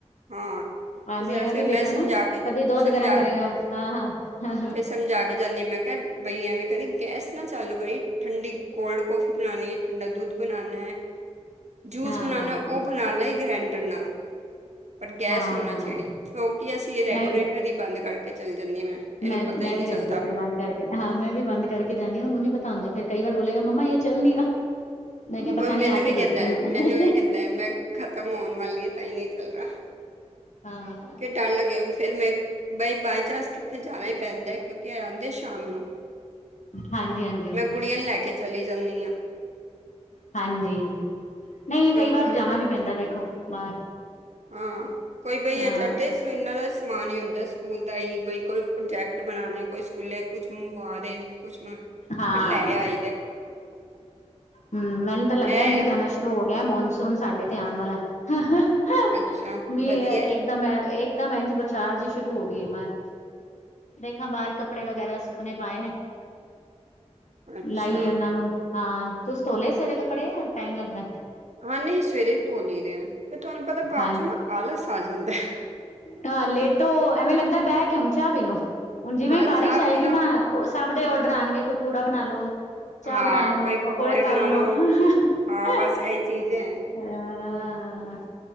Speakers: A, on the right; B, on the left.
A: ਹਾਂ,
B: ਹਾਂ
A: ਕਿਸੇ
B: ਮੇਰਾ
A: ਨੇ, ਫਿਰ
B: ਵੀ
A: ਨੇ
B: ਬੇਟਾ
A: ਸਮਝਾ
B: ਨਾ
A: ਕੇ
B: ਕਦੀ ਦੁੱਧ
A: ਸਮਝਾ,
B: ਗਰਮ ਕਰੇਗਾ ਹਾਂ ਹਾਂ ਹਾਂ
A: ਫਿਰ ਸਮਝਾ ਕੇ ਜਾਂਦੀ, ਮੈਂ ਕਿਹਾ ਬਈ, ਐਵੇਂ ਕਦੀ ਗੈਸ ਨਾ ਚਾਲੂ ਕਰੀ, ਠੰਡੀ ਕੋਲਡ ਕੋੌਫੀ ਬਣਾਉਣੀ ਹੈ, ਠੰਡਾ ਦੁੱਧ ਬਣਾਉਣਾ ਹੈ। ਜੂਸ
B: ਹਾਂ
A: ਬਣਾਉਣਾ, ਉਹ ਬਣਾ ਲਈ ਗ੍ਰੈਂਡਰ ਨਾਲ। ਪਰ ਗੈਸ
B: ਹਾਂ
A: ਨੂੰ ਨਾ ਛੇੜੀ, ਕਿਉਂਕਿ ਅਸੀਂ ਰੈਗੂਲੇਟਰ
B: ਮੈਂ
A: ਹੀ ਬੰਦ ਕਰਕੇ ਚਲੀ ਜਾਂਨੀ ਆ ਮੈਂ। ਇਹਨੂੰ
B: ਮੈਂ,
A: ਪਤਾ
B: ਮੈਂ
A: ਹੀ ਨਹੀਂ
B: ਵੀ
A: ਚੱਲਦਾ
B: ਰੈਗੂਲੇਟਰ ਬੰਦ ਕਰਕੇ ਹਾਂ, ਮੈਂ ਵੀ ਬੰਦ ਕਰਕੇ ਜਾਨੀਂ ਹਾਂ, ਉਹਨੂੰ ਨੀ ਪਤਾ ਹੁੰਦਾ, ਫਿਰ ਕਈ ਵਾਰ ਬੋਲੇਗਾ, ਮੰਮਾ ਯੇਹ ਚੱਲ ਨੀ ਰਹਾ। ਮੈਂ ਕਿਹਾ
A: ਉਹ
B: ਪਤਾ
A: ਮੈਨੂੰ
B: ਨੀ ਆ
A: ਵੀ
B: ਕੇ
A: ਕਹਿੰਦਾ,
B: ਦੇਖਦੀ ਹੂੰ ਮੈਂ
A: ਮੈਨੂੰ ਵੀ ਕਹਿੰਦਾ ਹੈ। ਮੈਂ ਖ਼ਤਮ ਹੋਣ ਵਾਲੀ ਆ, ਤਾਂ ਹੀ ਨੀ ਚੱਲ ਰਹਾ।
B: ਹਾਂ।
A: ਕੇ ਡਰ ਲੱਗੇ, ਫਿਰ ਮੈ ਬਾਈ, ਬਾਏ ਚਾਂਸ ਕਿੱਥੇ ਜਾਣਾ ਹੀ ਪੈਂਦਾ, ਕਿਉਂਕਿ ਆ ਆਂਦੇ ਸ਼ਾਮ ਨੂੰ।
B: ਹਾਂਜੀ -ਹਾਂਜੀ।
A: ਕੁੜੀਆਂ ਨੂੰ ਲੈ ਕੇ ਚਲੀ ਜਾਂਨੀਂ ਆ।
B: ਹਾਂਜੀ, ਨਹੀਂ
A: ਫਿਰ
B: ਕਈ
A: ਉਹ
B: ਵਾਰ
A: ਘਰ
B: ਜਾਣਾ ਵੀ ਪੈਂਦਾ, ਦੇਖੋ ਬਾਹਰ।
A: ਹਾਂ, ਕੋਈ ਬਈ
B: ਹਾਂ
A: ਏਜੰਟਸ। ਇਹਨਾਂ ਦਾ ਸਮਾਨ ਹੀ ਹੁੰਦਾ, ਸਕੂਲ ਦਾ ਹੀ, ਬਈ, ਕੋਈ ਪ੍ਰੋਜੈਕਟ ਬਣਾਉਣਾ ਐ, ਕੋਈ ਖੁੱਲੇ ਕੁਛ ਮਾੜੇ ਨੇ, ਕੁਛ ਫਿਰ
B: ਹਾਂ
A: ਲੈ ਆਈ ਦਾ।
B: ਹੂੰ! ਮੈਨੂੰ ਤਾਂ ਲੱਗਦਾ
A: ਹੈਂ
B: ਮੀਂਹ ਪੈਣਾ ਸ਼ੁਰੂ ਹੋ ਗਿਆ ਮੌਨਸੂਨ ਸਾਡੇ ਤੇ ਆਣ ਵਾਲਾ। ਹਾ - ਹਾ - ਹਾ ਹਿਊ!
A: ਅੱਛਾ
B: ਮੀਂਹ
A: ਵਧੀਆ
B: ਏਹ ਇਕਦਮ ਐ ਇਕਦਮ ਐਂਜ ਬਸਾਰ ਜੀ ਸ਼ੁਰੂ ਹੋ ਗਈ ਏ ਬਾਰ। ਦੇਖਾਂ ਬਾਹਰ, ਕੱਪੜੇ ਵਗੈਰਾ ਸੁੱਕਣੇ ਪਾਏ ਨੇ,
A: ਅੱਛਾ
B: ਲਾਈ ਏ ਉਹਨਾਂ ਨੂੰ, ਹਾਂ! ਤੁਸੀਂ ਧੋਲੇ ਸਵੇਰੇ ਕੱਪੜੇ ਟਾਈਮ ਲੱਗਦਾ।
A: ਹਾਂ! ਨਹੀਂ ਸਵੇਰੇ ਹੀ ਧੋ ਲਈ ਦੇ ਨੇ, ਫੇਰ ਤੁਹਾਨੂੰ ਪਤਾ ਬਾਅਦ
B: ਹਾਂਜੀ
A: ਚੋਂ ਨਾ ਆਲਸ ਆ ਜਾਂਦਾ, ਹਾਅ
B: ਹਾਂ! ਲੇਟੋ ਐਵੇਂ ਲੱਗਦਾ ਬਹਿ ਕੇ ਹੁਣ ਚਾਹ ਪੀਲੋ, ਹੁਣ ਜਿਵੇਂ
A: ਹਾਂ
B: ਹੀ ਬਾਰਿਸ਼
A: ਚਾਹ
B: ਆਏਗੀ
A: ਪੀ ਲਓ
B: ਨਾ ਓਸ ਸਭ ਦੇ ਔਡਰ ਆਉਣਗੇ ਕੋਈ ਪੂੜਾ ਬਣਾ ਲੋ, ਚਾਹ
A: ਹਾਂ
B: ਬਣਾ ਲੋ,
A: ਕੋਈ
B: ਪਕੌੜੇ
A: ਬਣਾ
B: ਹਾਲੋਂ!
A: ਲੋ
B: ਹੂੰ-ਹੂੰ-ਹੂੰ-ਹਾ-ਹਾ-ਹਾ।
A: ਹਾਂ ਬਸ ਇਹੀ ਚੀਜ਼ ਹੈ
B: ਐ-ਐ-ਆ-ਆ,